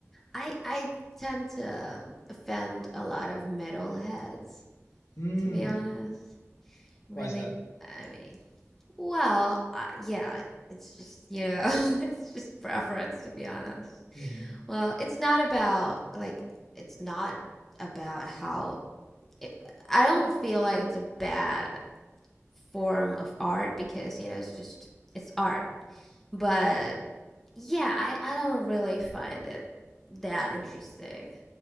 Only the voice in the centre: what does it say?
I I tend to offend a lot of metalheads,
to be honest. Really,
I mean, well, uh, yeah, it's just, you know, <laughs> it's just preference, to be honest.
Well, it's not about like it's not about how it, I don't feel like it's a bad form of art because you know it's just it's art. But yeah, I I don't really find it that interesting.